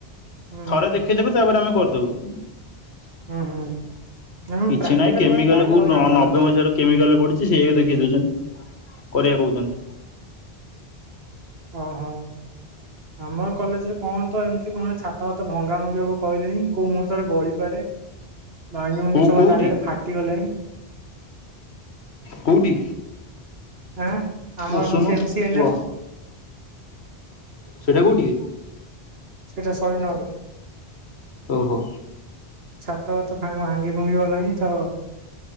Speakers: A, on the right; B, on the left.
A: ହୁଁ
B: ଥରେ ଦେଖେଇଦବେ ତାପରେ ଆମେ କରିଦବୁ।
A: ହୁଁ ହୁଁ ନାଇଁ
B: କିଛି
A: ପ୍ରାକ୍ଟିକାଲ
B: ନାହିଁ କେମିକାଲ
A: ବେଳେ ଭାରି
B: କୋଉ
A: ହଇରାଣ କରନ୍ତି।
B: ନବେ ମସିହାର କେମିକାଲ ପଡିଛି ସେଇଆ ଦେଖେଇ ଦଉଛନ୍ତି। କରିଆ କହୁଚନ୍ତି।
A: ଓହୋ ଆମ କଲେଜରେ କଣ ତ ଏମିତି କଣ ଛାତ ଭାତ ଭଙ୍ଗା ଭଙ୍ଗି ହବ କହିଲେଣିି କୋଉ ମୁହୂର୍ତ୍ତରେ ଗଳିପାରେ। ଭାଙ୍ଗି ଭୁଙ୍ଗି
B: କୋଉ
A: ସବୁ
B: କୋଉଠି
A: ଚାରିଆଡ଼େ ଫାଟିଗଲାଇଁ।
B: କୋଉଠି
A: ଆଁ ଆମର
B: ଉସୁନ
A: ହଉଛି ଏମ ସି ଏନ୍
B: ୱ
A: ଏଲ।
B: ସେଇଟା କୋଉଠି ବେ।
A: ସେଟା ସୈନର
B: ଓ ହୋ।
A: ଛାତ ଭାତ ଭାଙ୍ଗି ଫୁଙ୍ଗି ଗଲାଣିିଁ ତ